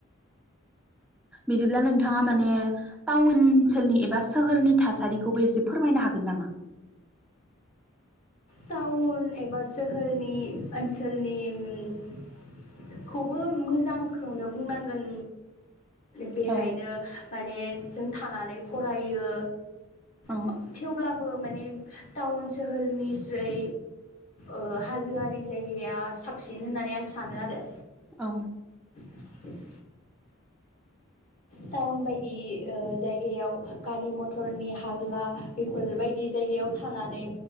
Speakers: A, in the centre; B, on the left (about 35°).
A: बिदिब्ला नोंथाङा माने टाउन ओनसोलनि एबा सोहोरनि थासारिखौबो एसे फोरमायनो हागोन नामा?
B: टाउन एबा सोहोरनि ओनसोलनिखौबो मोजांखौनो बुंनांगोन। बेहायनो
A: औ
B: माने जों थानानै फरायो
A: औ
B: मा थेवब्लाब बो माने टाउन सोहोरनि सिख ज्रै ओह हाजोआरि जायगाया साबसिन होननानै आं सानो आरो।
A: औ।
B: <inaudible> टाउन बायदि ओह जायगायाव गारि मथरनि हारला बेफोरबायदि जायगायाव थानानै